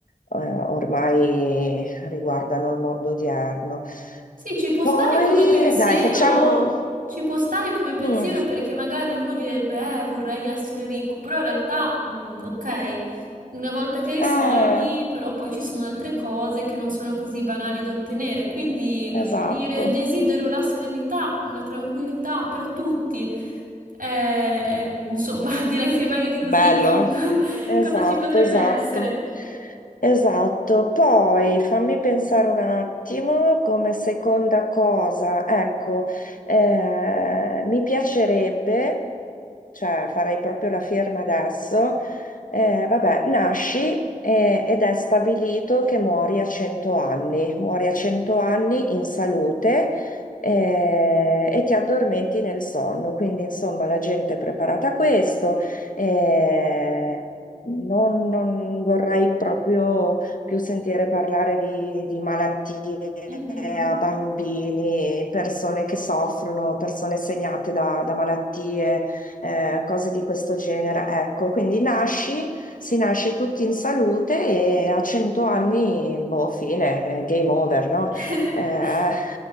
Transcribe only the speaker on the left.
ormai riguardano il mondo odierno.
Poi,
dai, facciamo...
Mm,
eh,
esatto,
Bello,
eh?
esatto,
esatto,
esatto. Poi fammi pensare un attimo come seconda cosa. Ecco, eh, mi piacerebbe... cioè farai proprio la firma adesso, eh, vabbè, nasci eh, ed è stabilito che muori a 100 anni, muori a 100 anni in salute eh, e ti addormenti nel sonno, quindi insomma la gente è preparata a questo, eh, non, non vorrei proprio più sentire parlare di, di malattie
a bambini, persone che soffrono, persone segnate da da malattie eh, cose di questo genere. Ecco, quindi nasci, si nasce tutti in salute e a 100 anni, boh, fine, eh, game over, no?
Eh,